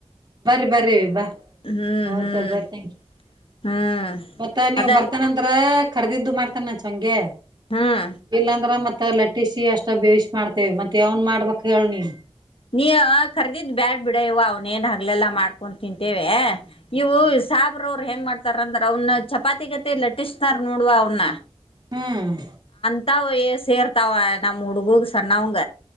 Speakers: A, on the right (about 40°); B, on the left (about 60°).
A: ಬರಿ ಬರ ಬಾ
B: ಹ್ಮ್
A: ಹೌತ
B: ಹ್ಮ್
A: ಬರ ರ್ಯಾಂಕ್ ಯು <unintelligible>
B: ಹ್ಮ್
A: ಮತ್ತ ನೀವ್
B: ಅದ
A: ಬರ್ತಾನ ಅಂದ್ರ ಕಖರ್ದಿದ್ದು ಮಾಡ್ತಾನ ಚಂಗಗೆ
B: ಹ್ಮ್
A: ಇಲ್ಲಾಂದ್ರ ಮತ್ತ ಮತ್ತ ಲಟ್ಟಿಸಿ ಅಷ್ಟ ಬೇಯಿಸಿ ಮಾಡ್ತೇವೆ ಮತ್ತೆ ಅವನ್ ಮಾಡ್ಬಕ್ ಹೇಳ ನೀ
B: ನೀ ಕರ್ದಿದ್ ಬ್ಯಾಡ್ ಬಿಡ ಇವ ಅವ್ನೇಏನ್ ಹಗ್ಲೆಲ್ಲಾ ಮಾಡ್ಕೊಂಡ್ ತಿಂತೇವೆ ಇವು ಸಾಬ್ರ ಅವ್ರರು ಹೆಂಗ ಮಾಡ್ತಾರ ಅಂದ್ರ ಅವನ ಚಪಾತಿ ಗತೆ ಲಟ್ಟಿಸ್ತಾರ ನೋಡ್ವಾ ಅವ್ನ್ನ
A: ಹ್ಮ್
B: ಹತಾವಯ ಸೇರ್ತಾವ ನಮ್ಮ್ ಹುಡ್ಗಗ್ ಸಣ್ಣವಂಗ